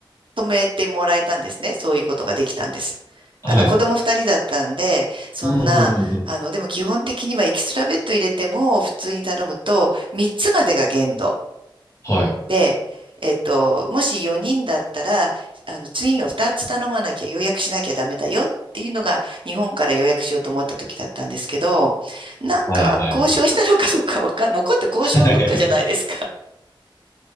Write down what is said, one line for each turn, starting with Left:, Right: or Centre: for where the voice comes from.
Right: 止めてもらえたんですね。そういうことができたんです。
Left: はい。
Right: あの、子供2人だったんで、そんな、
Left: うんうんうんうん。
Right: あの、でも基本的にはエキストラベッド入れても、普通に頼むと、3つまでが限度。
Left: はい。
Right: で、えっと、もし4人だったら、あの、ツインを2つ頼まなきゃ予約しなきゃダメだよっていうのが、日本から予約しようと思った時だったんですけど、なんか、
Left: はいはいはい。
Right: 交渉したのかどうかわかん、もうこれって交渉文化じゃないですか。
Left: <laughs>